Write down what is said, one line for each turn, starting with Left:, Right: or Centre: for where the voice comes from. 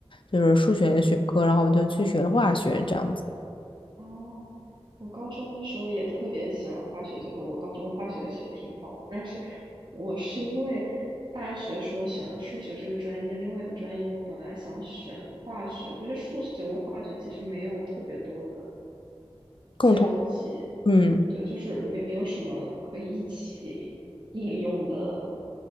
Left: 就是数学的学科，然后我就去学了化学，这样子
Right: 哦，我高中的时候也特别喜欢化学，就我高中化学学挺好的，但是我是因为大学时候选了数学这个专业，另外一个专业我本来想选化学，可是数学跟化学其实没有特别多的。
Left: 共同。
Right: 交集，
Left: 嗯，
Right: 对，就是没有什么可以一起 <laughs> 应用的